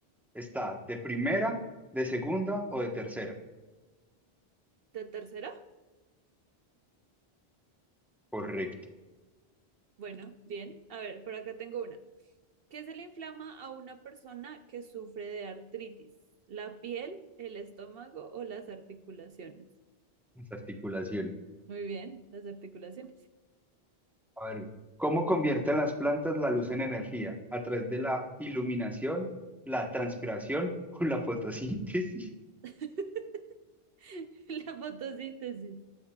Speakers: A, in the centre; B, on the right.
A: ¿Está de primera, de segunda o de tercera?
B: ¿Te- tercera?
A: Correcto.
B: Bueno, bien. A ver, por acá tengo una. ¿Qué se le inflama a una persona que sufre de artritis? ¿La piel, el estómago o las articulaciones?
A: Las articulaciones.
B: Muy bien, las articulaciones.
A: A ver, ¿cómo convierten las plantas la luz en energía? ¿A través de la iluminación, la transpiración o la fotosíntesis?
B: <laughs> La fotosíntesis.